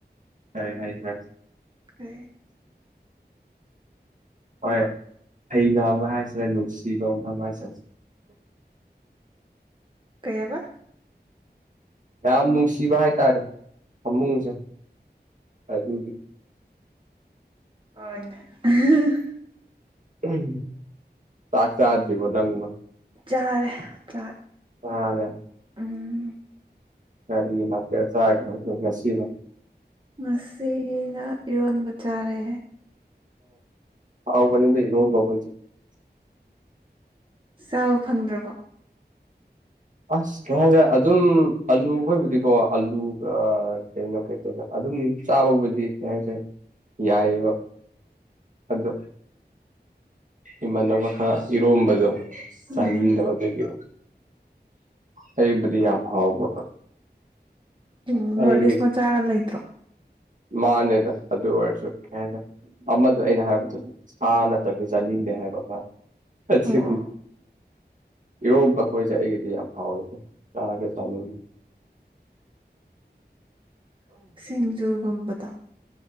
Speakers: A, on the right; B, on the right.
A: ꯀꯩꯍꯥꯏꯇ
B: ꯎꯝ
A: ꯍꯣꯏ ꯍꯩꯅꯕ ꯍꯥꯏꯁꯦ ꯅꯨꯡꯁꯤꯕ ꯃꯐꯝ ꯍꯥꯏꯁꯦ ꯑꯦ
B: ꯀꯩꯑꯕ
A: ꯌꯥꯝ ꯅꯨꯡꯁꯤꯕ ꯍꯥꯏꯇꯥꯔꯦ ꯐꯃꯨꯡꯁꯦ ꯑꯗꯨꯒꯤ
B: ꯑꯣꯏꯅꯦ ꯎꯍꯨꯝ
A: ꯎꯝ ꯆꯥꯛ ꯆꯥꯗ꯭ꯔꯤꯕꯣ ꯅꯪꯕꯣ
B: ꯆꯥꯔꯦ ꯆꯥꯛ
A: ꯋꯥꯔꯦ
B: ꯎꯝ
A: ꯀꯔꯤ ꯃꯊꯦꯜ ꯆꯥꯒꯤꯅꯣꯗꯣ ꯉꯁꯤꯅ
B: ꯉꯁꯤꯅ ꯏꯔꯣꯟꯕ ꯆꯥꯔꯦ
A: ꯑ ꯍꯥꯎꯕꯅꯤꯗ ꯏꯔꯣꯟꯕꯍꯣꯏꯖꯨ
B: ꯆꯥꯕ ꯐꯪꯗ꯭ꯔꯕꯣ
A: ꯑꯁ ꯀꯩ ꯍꯥꯏꯒꯦ ꯑꯗꯨꯝ ꯑꯥꯂꯨꯈꯣꯏꯕꯨꯗꯤꯀꯣ ꯑꯂꯨ ꯑ ꯀꯩꯅꯣ ꯀꯩ ꯀꯩꯩꯅꯣ ꯑꯗꯨꯝ ꯆꯥꯕꯕꯨꯗꯤ ꯀꯩ ꯍꯥꯏꯁꯦ ꯌꯥꯏꯌꯦꯕ ꯑꯗꯣ ꯏꯃꯥꯟꯅꯕ ꯈꯔ ꯏꯔꯣꯝꯕꯗꯣ ꯆꯥꯅꯤꯡꯗꯕꯗꯨꯒꯤ
B: ꯎꯝ
A: ꯑꯩꯕꯨꯗꯤ ꯌꯥꯝ ꯍꯥꯎꯕ
B: ꯎꯝ ꯅꯣꯔ꯭ꯗ
A: ꯑꯩꯒꯤꯗꯤ
B: ꯏꯁ ꯃꯆꯥꯒ ꯂꯩꯇ꯭ꯔꯣ
A: ꯃꯥꯅꯦꯗ ꯑꯗꯨ ꯑꯣꯏꯔꯁꯨ ꯀꯩ ꯍꯥꯏꯗ ꯑꯃꯗꯣ ꯑꯩꯅ ꯍꯥꯏꯕꯗꯣ ꯁꯥ ꯅꯠꯇꯗꯤ ꯆꯥꯅꯤꯡꯗꯦ ꯍꯥꯏꯕ ꯃ ꯑꯁꯤꯒꯤ
B: ꯑꯣ ꯑꯣ
A: ꯏꯔꯣꯝꯕ ꯈꯣꯏꯁꯦ ꯑꯩꯒꯤꯗꯤ ꯌꯥꯝ ꯍꯥꯎꯋꯦꯗ ꯆꯥꯔꯒ ꯆꯥꯅꯤꯡꯉꯤ
B: <inaudible> ꯁꯤꯡꯖꯨꯒꯨꯝꯕꯗꯣ